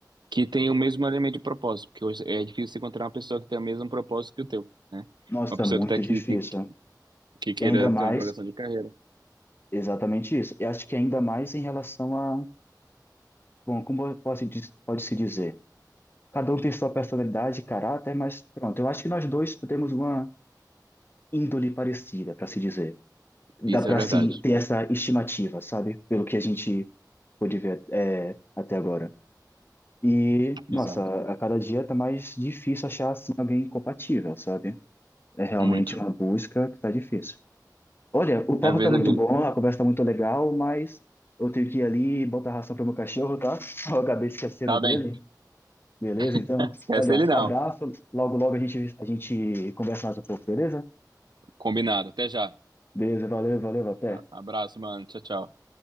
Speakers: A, on the right; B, on the left.
A: que tenha o mesmo elemento de propósito, porque hoje é difícil você encontrar uma pessoa que tenha o mesmo propósito que o teu, né?
B: Nossa,
A: Uma
B: tá
A: pessoa
B: muito
A: que tá aqui,
B: difícil.
A: que, que queira
B: E ainda mais,
A: ter uma progressão de carreira.
B: exatamente isso. E acho que ainda mais em relação a Bom, como eu posso, diz- pode-se dizer? Cada um tem sua personalidade e caráter, mas pronto, eu acho que nós dois temos uma índole parecida, para se dizer. Dá
A: Isso
B: para,
A: é verdade.
B: assim, ter essa estimativa, sabe? Pelo que a gente pôde ver é, até agora. E, nossa,
A: Exato.
B: a cada dia tá mais difícil achar, assim, alguém compatível, sabe? É realmente
A: Muito.
B: uma busca que tá difícil. Olha, o papo
A: Às vezes
B: tá muito
A: eu digo,
B: bom, a conversa tá muito legal, mas eu tenho que ir ali botar ração pro meu cachorro, tá? <laughs> Eu acabei esquecendo
A: tá
B: dele.
A: bem.
B: Beleza, então.
A: <laughs> Esquece
B: Olha,
A: ele não.
B: abraço. Logo, logo a gente, a gente conversa mais um pouco, beleza?
A: Combinado. Até já.
B: Beleza, valeu, valeu, até.
A: A- Abraço, mano. Tchau, tchau.